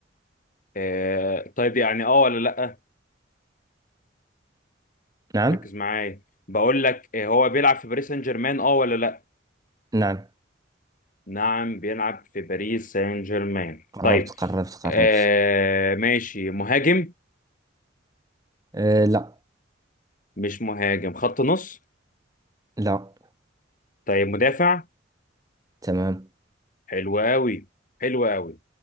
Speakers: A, on the left; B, on the right.
A: آه، طيب يعني اه ولا لا
B: نعم
A: ركز معايا بقول لك آه، هو بيلعب في باريس سان جيرمان اه ولا لا
B: نعم
A: نعم بيلعب في باريس سان جيرمان
B: قربت
A: طيب
B: قربت
A: آه
B: قربت
A: ماشي مهاجم
B: أه لا
A: مش مهاجم خط نص
B: لا
A: طيب مدافع
B: تمام
A: حلو قوي حلو قوي